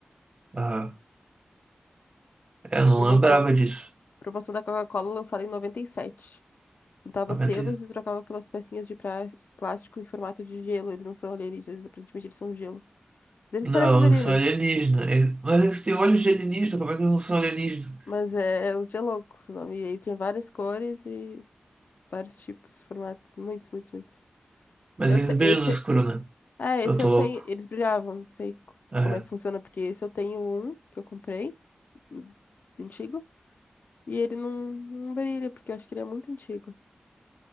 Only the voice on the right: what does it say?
Ah, eu não
lembrava disso.
90
e-
Não,
eles são alienígenas. Mas eles têm olhos de alienígena, como é que eles não são alienígenas?
Mas
eles
brilham
no escuro, né?
Eu tô
louco.
É.